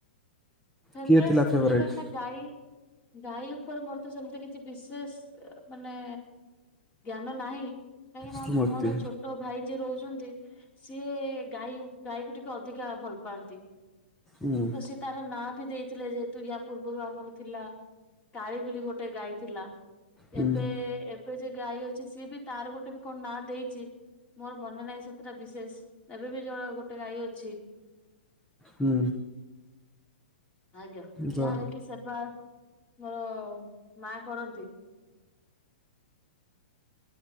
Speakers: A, on the left; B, in the centre.
A: ଫେବୋରାଇଟ
B: କିଏ ଥିଲା
A: ସେମିତି
B: ଫେଭରାଇଟ୍?
A: କାହିଁକିନା ଗାଈ, ଗାଈ ଉପରେ ମୋର ତ ସେମିତି କିଛି ବିଶେଷ ମାନେ ଜ୍ଞାନ ନାହିଁ। କାହିଁକି ନା
B: ସ୍ମୃତି
A: ମୋର ଛୋଟ ଛୋଟ ଭାଇ ଯିଏ ରହୁଛନ୍ତି, ସିଏ ଗାଈ- ଗାଈକୁ ଟିକେ ଅଧିକା ଭଲ ପାଆନ୍ତି।
B: ହୁଁ।
A: ତ ସେ ତାର ନା ବି ଦେଇଥିଲେ ଯେହେତୁ ୟା ପୂର୍ବରୁ ଆମର ଥିଲା। କାଳି ବୋଲି ଗୋଟେ ଗାଈ ଥିଲା।
B: ହୁଁ।
A: ଏବେ, ଏବେ ଯେ ଗାଈ ଅଛି, ସିଏ ବି ତାର ଗୋଟେ ବି କଣ ନାଁ ଦେଇଛି। ମୋର ମନେ ନାହିଁ ସେତେଟା ବିଶେଷ ଏବେ ବି ଜଣ- ଗୋଟେ ଗାଈ ଅଛି।
B: ହୁଁ।
A: ଆଜ୍ଞା।
B: ଯା
A: ଯାହାର କି ସେବା ମୋର ମା କରନ୍ତି।